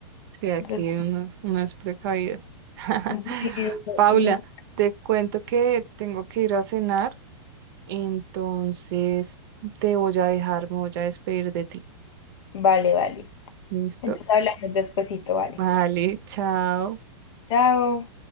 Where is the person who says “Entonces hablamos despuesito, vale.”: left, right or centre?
Left